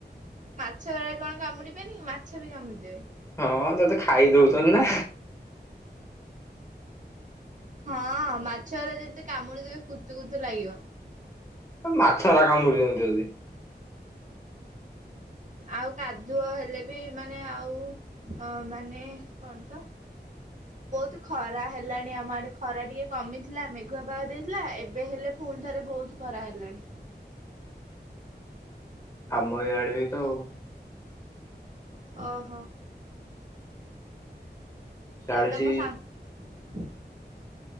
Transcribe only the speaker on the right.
ମାଛ ଗୁରା କଣ କାମୁଡି ବେନି ମାଛ ବି କାମୁଡି ଦେବେ।
ହଁ ମାଛ ଗୁରା ଯେମିତି କାମୁଡି ଦେବେ କୁତୁ କୁତୁ ଲାଗିବ।
ଆଉ କାଦୁଅ ହେଲେ ବି ମାନେ ଆଉ ହଁ ମାନେ କଣ ତ ବହୁତ ଖରା ହେଲାଣି ଆମ ଆଡ଼େ ଖରା ଟିକେ କମିଥିଲା ମେଘୁଆ ପାଗ ଦେଇଥିଲା ଏବେ ହେଲେ ପୁଣି ଥରେ ବହୁତ ଖରା ହେଲାଣି।
ଓହୋ
ଆଉ ତମ ସାଙ୍ଗ